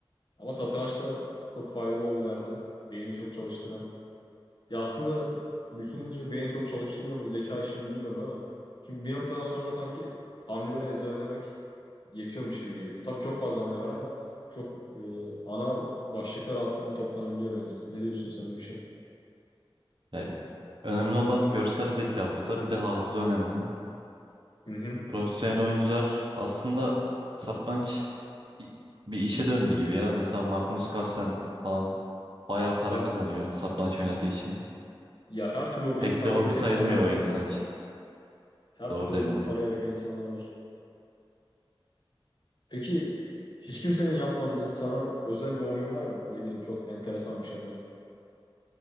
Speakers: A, on the left; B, on the right.
A: Ama satranç da çok faydalı hobilerden. Beyni çok çalıştıran. Ya aslında düşününce beyni çok çalıştırıyor mu zeka işimi bilmiyorum ama. Çünkü bir noktadan sonra sanki hamleleri ezberlemek yetiyormuş gibi geliyor. Tabii çok fazla hamle var ama çok e, ana başlıklar altında toplanabiliyor bence. Ne diyorsun sen bu işe?
B: Yani önemli olan görsel zeka burada. Bir de hafıza önemli.
A: Hı hı.
B: Profesyonel oyuncular aslında satranç i- bir işe döndü gibi ya. Mesela Magnus Carlsen falan bayağı para
A: Tabii.
B: kazanıyor satranç oynadığı için.
A: Ya her türlü hobiyi
B: Pek
A: paraya
B: de hobi
A: döken
B: sayılmıyor
A: insanlar var
B: o insan
A: ya.
B: için.
A: Her
B: Doğru
A: türlü hobiyi
B: dedin.
A: paraya döken insanlar var. Peki hiç kimsenin yapmadığı sana özel bir hobin var mı? Ne bileyim çok enteresan bir şeyler.